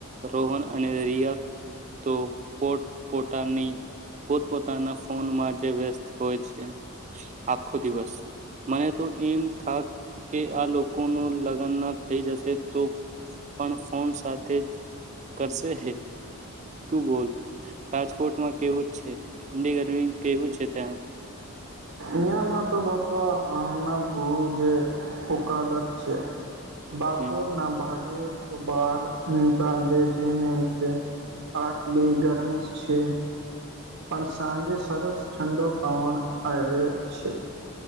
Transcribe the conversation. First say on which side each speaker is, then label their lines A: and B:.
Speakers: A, on the right (about 30°); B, on the right (about 65°).
A: રોહન અને રિયા તો પોટ પોતાની પોતપતા પોતાના ફોનમાં જે વ્યસ્ત હોય છે આખો દિવસ મને તો એમ થા કે આ લોકો ન લગ્ન ના થઈ જશે તો પણ ફોન સાથે જ કરશે હે તું બોલ રાજકોટમાં કેવું છે ઠંડી ગરમી કેવું છે ત્યાં
B: અિયામાં તો બહુ તો હમણા બુ જે વકાલત છે બાપોર
A: હમ
B: ના ભાગે તો બહાર નિકાલ દેજે નહીં તે આટલી ગરમિશ છે. પણ સાંજે સરસ ઠંડો પવન આવે છે.